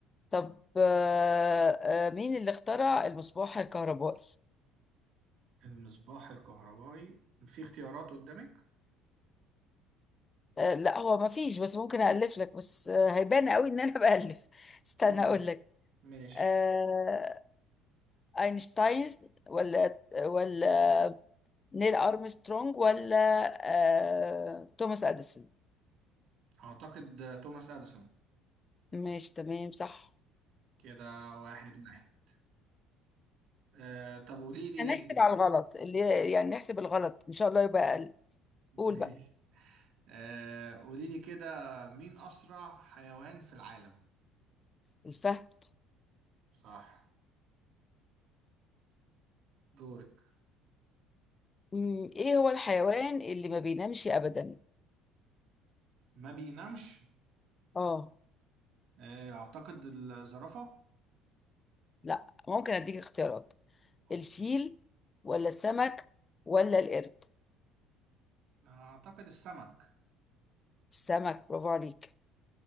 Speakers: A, on the left; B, on the right.
A: طب آه آه مين اللي اخترع المصباح الكهربائي؟
B: المصباح الكهربائي في اختيارات قدامك
A: آه لا هو ما فيش بس ممكن ألف لك بس آه هيبان قوي إن أنا بألف <laughs> استنى
B: خلاص
A: أقول لك
B: ماشي
A: آه أينشتاين ولا ولا نيل أرمسترونج ولا آه توماس أديسون
B: اعتقد توماس اديسون
A: ماشي تمام صح
B: كده واحد واحد آه طب قولي لي
A: هنحسب على الغلط اللي يعني نحسب الغلط إن شاء الله يبقى أقل
B: <laughs> ماشي
A: قول بقى
B: آه قولي لي كده مين اسرع حيوان في العالم
A: الفهد
B: صح دورك
A: مم، إيه هو الحيوان اللي ما بينامش أبدا
B: ما بينامش
A: آه
B: آه اعتقد الزرافة
A: لا ممكن أديك اختيارات
B: اوكي
A: الفيل ولا السمك ولا القرد
B: اعتقد السمك
A: السمك برافو عليك